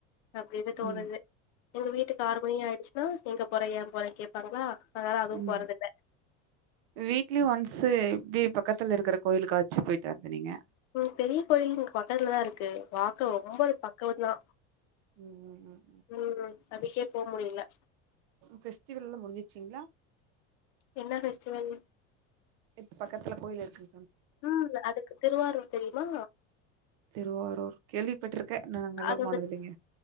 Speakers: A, on the left; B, on the right.
A: அப்டின்னு
B: ம்.
A: தோணுது எங்க வீட்டுக்கு ஆறு மணி ஆயிடுச்சுனா எங்க போற ஏ போறேனு கேப்பாங்களா அதனால அதுவு
B: ம்.
A: போறதில்ல
B: வீக்லி ஒன்ஸ் இப்டி பக்கத்துல இருக்கற கோயிலுக்காச்சு போயிட்டு வர்றது நீங்க
A: ம் பெரிய கோயில் இங்க பக்கத்துலதா இருக்கு வாக்க ரொம்ப அது பக்கம்தா,
B: ம். ம்.
A: ம், அதுக்கே போ முடில
B: ஃபெஸ்டிவல்லா முடிஞ்சிருச்சிங்களா
A: என்ன ஃபெஷ்டிவல்
B: இப்ப பக்கத்துல கோயில் இருக்கு
A: ம், அதுக்கு திருவாரூர் தெரியுமா
B: திருவாரூர் கேள்விப்பட்டுருக்க இன்னு அங்கல்லா
A: அதோட
B: போனதுல்லைங்க